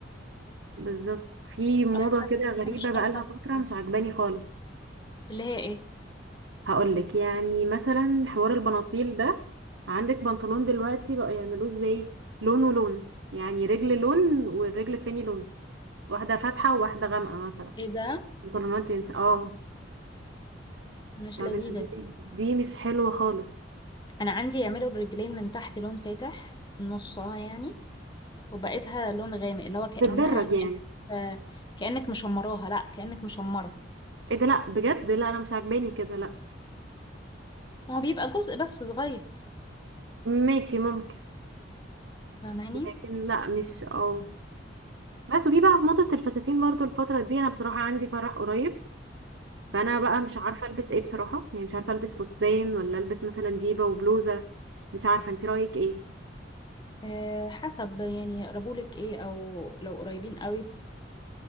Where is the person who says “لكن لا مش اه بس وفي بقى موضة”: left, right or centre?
Right